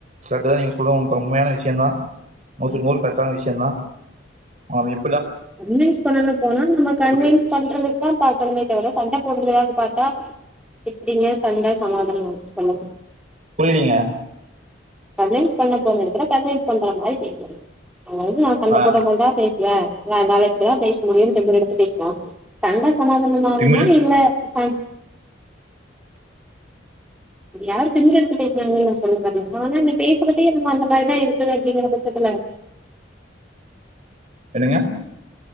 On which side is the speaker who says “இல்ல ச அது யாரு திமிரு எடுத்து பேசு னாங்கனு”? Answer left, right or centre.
Centre